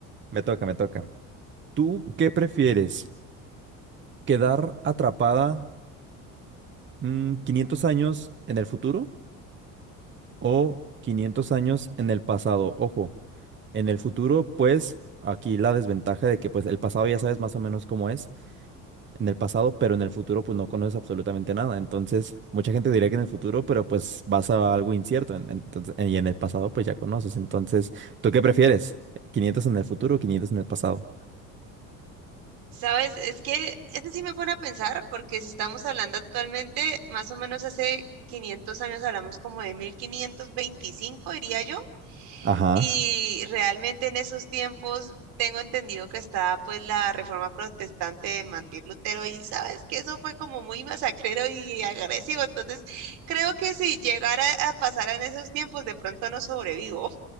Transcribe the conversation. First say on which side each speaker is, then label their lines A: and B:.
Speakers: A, on the right (about 25°); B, on the right (about 65°).
A: me toca, me toca. ¿Tú qué prefieres? ¿Quedar atrapada? Mm, 500 años en el futuro o 500 años en el pasado. Ojo, en el futuro, pues aquí la desventaja de que pues el pasado ya sabes más o menos cómo es en el pasado, pero en el futuro pues no conoces absolutamente nada. Entonces, mucha gente diría que en el futuro, pero pues vas a algo incierto. en- entonces, y en el pasado pues ya conoces. Entonces, ¿tú qué prefieres? quinientos en el futuro o 500 en el pasado?
B: Sabes, es que este sí me pone a pensar, porque si estamos hablando actualmente, más o menos hace 500 años hablamos como de 1525, diría yo.
A: Ajá,
B: Y realmente en esos tiempos tengo entendido que estaba pues la reforma protestante de Martín Lutero y sabes que eso fue como muy masacrero y agresivo. Entonces creo que si llegara a pasar en esos tiempos de pronto no sobrevivo.